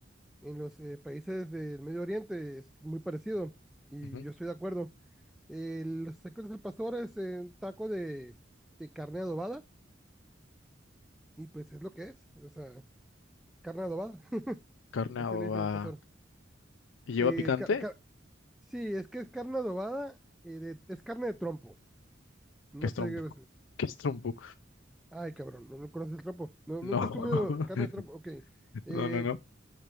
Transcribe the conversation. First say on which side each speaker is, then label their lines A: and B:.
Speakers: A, in the centre; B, on the left.
A: en los eh, países del Medio Oriente es muy parecido y
B: Ujú.
A: yo estoy de acuerdo. Eh, los tacos del pastor es eh, taco de, de carne adobada y pues es lo que es, o sea, carne adobada, <laughs>
B: Carne
A: así
B: adobada.
A: le dicen al pastor.
B: ¿Y lleva
A: Eh,
B: picante?
A: car- car- sí, es que es carne adobada, eh, de- es carne de trompo, no
B: ¿Qué es
A: sé
B: trompo?
A: qué
B: <laughs>
A: es-
B: ¿Qué es trompo?
A: Ay, cabrón, no, no conoces el trompo. No,
B: No,
A: nunca has
B: <laughs>
A: comido carne de trompo, ok. Eh,
B: no, no, no.